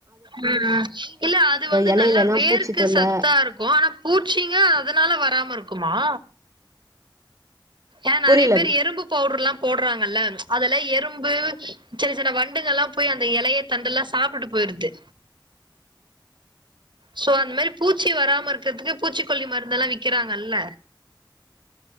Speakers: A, on the right; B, on the right.
A: ம் ம் இல்ல அது வந்து
B: இலையிலல்லா
A: நல்லா வேர்க்கு
B: பூச்சி தொல்ல
A: சத்தா இருக்கு ஆனா பூச்சிங்க அதனால வராம இருக்குமா ஏன் நெறய
B: புரியல
A: பேர் எறும்பு பவுடர் லா போட்றாங்கல்ல ம் அதுல எறும்பு சின்ன சின்ன வண்டுங்கலா போய் அந்த இலய தண்டு லா சாப்டுட்டு போயிடுது சோ அந்த மாரி பூச்சி வராம இருக்குறதுக்கு பூச்சிக்கொல்லி மருந்தெல்லா விக்கிறாங்கல்ல